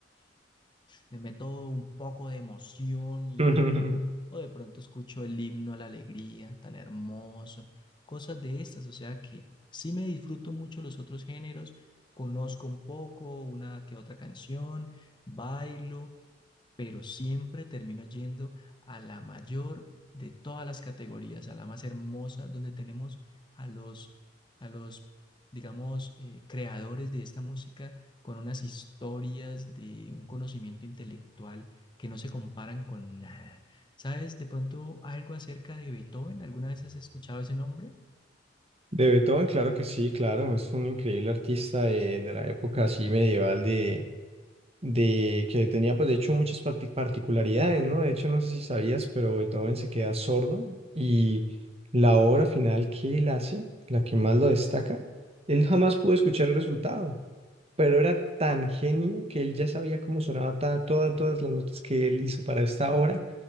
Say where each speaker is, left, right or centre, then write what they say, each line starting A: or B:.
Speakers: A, on the left (about 25°); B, on the right (about 35°).
A: Le meto un poco de emoción y
B: <laughs>
A: o de pronto escucho el himno a la alegría, tan hermoso, cosas de estas, o sea que sí me disfruto mucho los otros géneros, conozco un poco, una que otra canción, bailo, pero siempre termino yendo a la mayor de todas las categorías, a la más hermosa, donde tenemos a los, a los digamos, eh, creadores de esta música con unas historias de un conocimiento intelectual que no se comparan con nada. ¿Sabes de pronto algo acerca de Beethoven? ¿Alguna vez has escuchado ese nombre?
B: De Beethoven, claro que sí, claro, es un increíble artista de, de la época así medieval de, de que tenía pues de hecho muchas parti- particularidades, ¿no? De hecho no sé si sabías, pero Beethoven se queda sordo y la obra final que él hace, la que más lo destaca, él jamás pudo escuchar el resultado, pero era tan genio que él ya sabía cómo sonaba ta- todas, todas las notas que él hizo para esta obra,